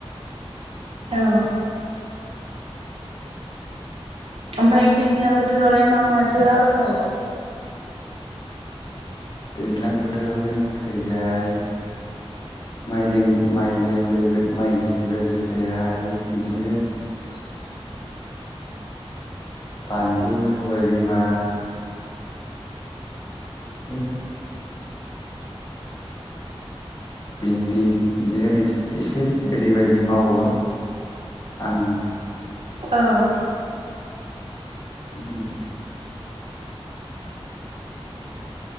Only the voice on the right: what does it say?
औ ओमफ्राय दैज्लां बोथोरावलाय मा माथो आबाद मावो?
<inaudible>
<inaudible>
औ